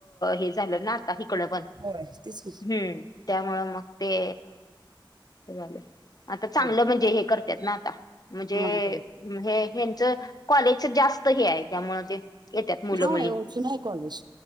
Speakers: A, on the left; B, on the right.
A: हे झालं ना आता हकड पण
B: होय त
A: हम्म त्यामुंळे मग ते झालं आता चांगलं
B: होय.
A: म्हणजे हे करतात ना आता म्हणजे
B: हा होय
A: हे हच कॉलेजच जास्त हे आहे त्यामुळ ते येतात मुलं
B: ना होय
A: मुली
B: ओ जून नाहीय कॉलेज